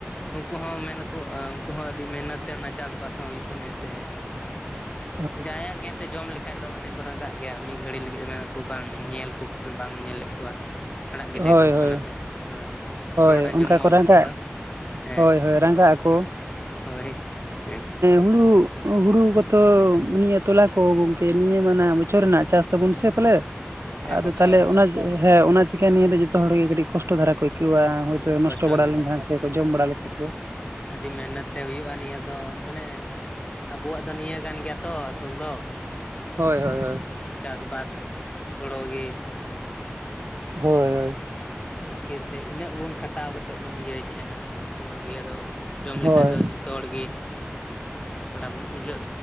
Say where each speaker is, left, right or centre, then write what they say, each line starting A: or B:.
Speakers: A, on the left; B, on the right.
A: ᱩᱸᱠᱩ ᱦᱚᱸ ᱢᱮᱱᱟᱠᱚ ᱩᱸᱠᱩ ᱦᱚᱸ ᱟᱹᱰᱤ ᱢᱮᱦᱱᱚᱛ ᱛᱮ ᱚᱱᱟ ᱪᱟᱥᱵᱟᱥ ᱦᱚᱸ ᱦᱩᱭᱩᱜ ᱠᱟᱱᱟᱹᱭ ᱥᱮ
B: <unintelligible>
A: ᱜᱟᱸᱭᱟᱜ ᱜᱮ ᱮᱸᱛᱮ ᱡᱚᱢ ᱞᱮᱠᱷᱟᱡ ᱫᱚ ᱢᱟᱱᱮ ᱠᱚ ᱨᱟᱸᱜᱟᱜ ᱜᱮᱭᱟ ᱢᱤᱫ ᱜᱷᱟᱹᱲᱤ ᱞᱟᱹᱜᱤᱫ ᱢᱮᱱᱟ ᱠᱩ ᱵᱟᱝ, ᱧᱮᱞ ᱠᱚᱯᱮ ᱵᱟᱝ ᱧᱮᱞᱮᱫ ᱠᱚᱣᱟ, ᱟᱲᱟᱜ ᱜᱤᱰᱮ
B: ᱦᱳᱭ
A: ᱠᱟᱠᱚ
B: ᱦᱳᱭ
A: ᱠᱟᱱᱟ ᱯᱮ, ᱦᱳᱭ,
B: ᱦᱳᱭ
A: ᱨᱚᱲ ᱟᱸᱡᱚᱢᱚᱜᱼᱟ
B: ᱚᱱᱠᱟ ᱠᱚ
A: ᱩᱱ
B: ᱨᱟᱸᱜᱽᱼᱟᱜ,
A: ᱜᱷᱟᱹᱲᱤᱡ ᱫᱚ ᱦᱮᱸ
B: ᱦᱳᱭ ᱦᱳᱭ ᱨᱟᱸᱜᱽᱼᱟᱜ ᱟᱠᱚ
A: ᱦᱳᱭ <unintelligible> ᱮᱸ,
B: ᱦᱩᱲᱩᱜ ᱦᱩᱲᱩ ᱠᱚᱛᱚ ᱱᱤᱭᱟᱹ ᱛᱚᱞᱟ ᱠᱚ ᱜᱚᱝᱠᱮ ᱱᱤᱭᱟᱹ ᱢᱟ ᱱᱷᱟᱸᱜ ᱵᱚᱪᱷᱚᱨ ᱨᱮᱱᱟᱜ ᱪᱟᱥ ᱛᱟᱵᱚᱱ ᱥᱮ ᱯᱟᱞᱮᱫ?
A: ᱦᱮᱸ
B: ᱟᱫᱚ
A: ᱵᱚᱪᱷᱚᱨ
B: ᱛᱟᱦᱮᱞᱮ
A: ᱨᱮᱱᱟᱜ
B: ᱚᱱᱟᱡᱽ ᱦᱮᱸ ᱚᱱᱟ ᱪᱤᱠᱟᱹ ᱱᱤᱭᱟᱹ ᱫᱚ ᱡᱚᱛᱚ ᱦᱚᱲ ᱜᱮ ᱠᱟᱹᱴᱤᱡ ᱠᱚᱥᱴᱚ ᱫᱷᱟᱨᱟ ᱠᱚ ᱟᱹᱭᱠᱟᱹᱣᱟ ᱦᱳᱭᱛᱳ, ᱛᱚ ᱱᱚᱥᱴᱚ
A: ᱠᱚᱥᱴᱚ
B: ᱵᱟᱲᱟ
A: ᱜᱮ
B: ᱞᱮᱱᱠᱷᱟᱱ ᱥᱮ ᱠᱚ ᱡᱚᱢ ᱵᱟᱲᱟ ᱞᱮᱠᱷᱟᱡ ᱠᱚ᱾
A: ᱟᱹᱰᱤ ᱢᱮᱦᱱᱚᱛ ᱛᱮ ᱦᱩᱭᱩᱜᱼᱟ ᱱᱤᱭᱟᱹ ᱫᱚ ᱢᱟᱱᱮ ᱟᱵᱚᱣᱟᱜ ᱫᱚ ᱱᱤᱭᱟᱹ ᱠᱟᱱ ᱜᱮᱭᱟ ᱛᱚ ᱟᱥᱚᱞ ᱫᱚ᱾
B: ᱦᱳᱭ ᱦᱳᱭ ᱦᱳᱭ᱾
A: ᱪᱟᱥ ᱵᱟᱥ ᱦᱩᱲᱳ ᱜᱮ,
B: ᱦᱳᱭ ᱦᱳᱭ᱾
A: <inaudible> ᱢᱩᱥᱠᱤᱞ ᱛᱮ ᱤᱱᱟᱹᱜ ᱵᱚᱱ ᱠᱷᱟᱴᱟᱣ ᱠᱟᱛᱮᱫ ᱵᱚᱱ ᱤᱭᱟᱹᱭ ᱛᱟᱦᱮᱸᱱᱟ ᱱᱚᱣᱟ ᱜᱮ ᱟᱫᱚ ᱡᱚᱢ
B: ᱦᱳᱭ ᱦᱳᱭ
A: ᱞᱮᱠᱷᱟᱡ ᱫᱚ ᱡᱚᱛᱚ ᱦᱚᱲ ᱜᱮ ᱛᱷᱚᱲᱟᱚ ᱵᱩᱡᱷᱟᱹᱜ